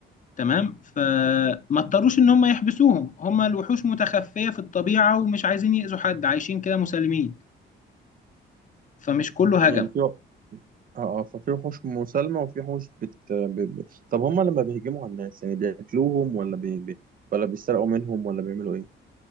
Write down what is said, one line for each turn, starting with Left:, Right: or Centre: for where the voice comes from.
Left: تمام فما اضطروش ان هم يحبسوهم هم الوحوش متخفية في الطبيعة ومش عايزين يأذوا حد عايشين كده مسالمين فمش كله
Right: يعني
Left: هجم
Right: في اه آه، ففي وحوش مسالمة وفي وحوش بت... ب... ب... طب هما لما بيهجموا على الناس يعني بياكلوهم ولا بي... بي... ولا بيسرقوا منهم ولا بيعملوا ايه؟